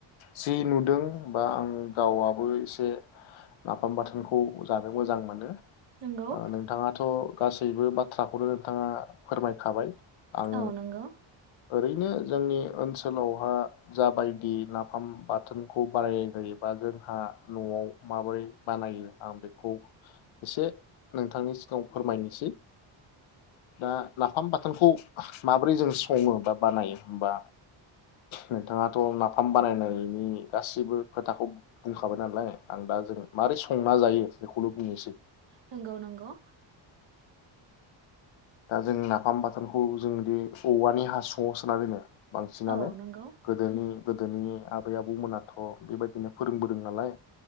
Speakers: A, on the left (about 75°); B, on the right (about 60°).
A: जि नुदों बा आं गावआबो एसे नाफाम बाथोनखौ जानो मोजां मोनो
B: नंगौ
A: नोंथाङाथ' गासैबो बाथ्राखौनो नोंथाङा फोरमायखाबाय आं
B: औ नंगौ
A: ओरैनो जोंनि ओनसोलावहा जाबायदि नाफाम बाथोनखौ बारायनाय जायोबा जोंहा न'आव माबोरै बानायो आं बेखौ एसे नोंथांनि सिगाव फोरमायनोसै दा नाफाम बाथोनखौ माबोरै जों सङो बा बानायो होमबा नोंथाङाथ' नाफाम बानायनायनि गासिबो खोथाखौ बुंखाबाय नालाय आं दा जों माबारै संना जायो बेखौल' बुंनोसै
B: नंगौ नंगौ
A: दा जों नाफाम बाथोनखौ जोंदि औवानि हासुङाव सोना दोनो बांसिनानो
B: औ नंगौ
A: गोदोनि गोदोनि आबै आबौ मोनाथ' बेबायदिनो फोरोंबोदों नालाय